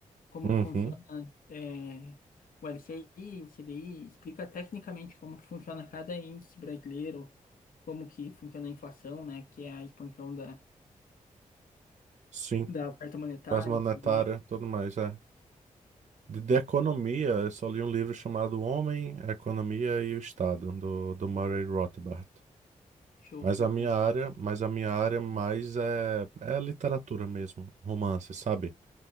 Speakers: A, on the left; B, on the right.
A: como
B: Uhum,
A: que funciona é, o LCI, o CDI, explica tecnicamente como que funciona cada índice brasileiro, como que funciona a inflação, né, que é a expansão da,
B: sim.
A: da oferta monetária
B: As monetárias,
A: e tudo mais.
B: tudo mais, é. De, de economia, eu só li um livro chamado Homem, a Economia e o Estado, do, do Murray Rothbard.
A: Show,
B: Mas a minha
A: cara.
B: área, mas a minha área mais é, é literatura mesmo, romance, sabe?